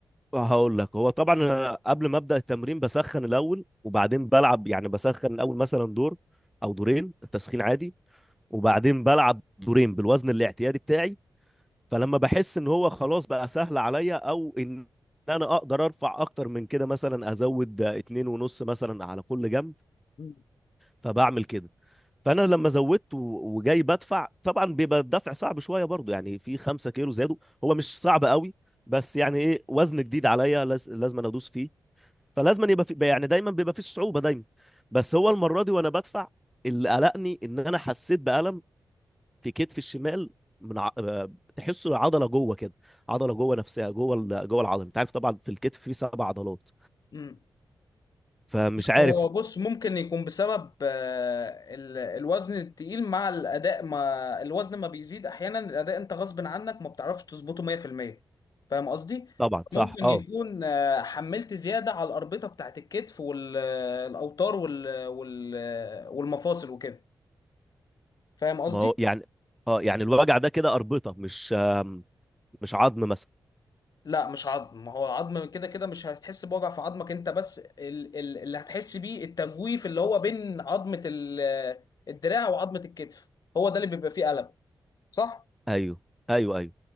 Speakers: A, in the centre; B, on the left.
A: هقول لك هو طبعا انا قبل ما ابدا التمرين بسخن الاول وبعدين بلعب يعني بسخن الاول مثلا دور او دورين تسخين عادي وبعدين بلعب دورين بالوزن الاعتيادي بتاعي فلما بحس ان هو خلاص بقى سهل عليا او ان انا اقدر ارفع اكتر من كده مثلا ازود اتنين ونص مثلا على كل جنب
B: مم.
A: فبعمل كده فانا لما زودت و- وجاي بدفع طبعا بيبقى الدفع صعب شويه برضو يعني في 5 كيلو زادوا هو مش صعب قوي بس يعني ايه وزن جديد عليا لاز- لازم أنا ادوس فيه فلازم يبقى في يعني دايما بيبقى في صعوبه دايما بس هو المره دي وانا بدفع اللي قلقني ان انا حسيت بألم في كتفي الشمال من ع... آه، تحسه عضله جوه كده عضله جوه نفسها جوه ال... جوه العضله انت عارف طبعا في الكتف في سبع عضلات
B: مم.
A: فمش عارف
B: هو بص ممكن يكون بسبب آه، ال- الوزن التقيل مع الأداء ما الوزن ما بيزيد أحيانا الأداء أنت غصب عنك ما بتعرفش تظبطه 100% فاهم قصدي؟
A: طبعا صح
B: ممكن
A: اه
B: يكون آه، حملت زيادة على الأربطة بتاعت الكتف والأوتار وال... وال... والمفاصل وكده فاهم قصدي؟
A: ما هو يعني اه يعني الوجع ده كده اربطه مش آم، مش عظم مثلا
B: لا مش عظم ما هو العظم كده كده مش هتحس بوجع في عظمك انت بس ال- ال- اللي هتحس بيه التجويف اللي هو بين عظمة ال- الدراع وعظمة الكتف هو ده اللي بيبقى فيه ألم صح
A: ايوه ايوه ايوه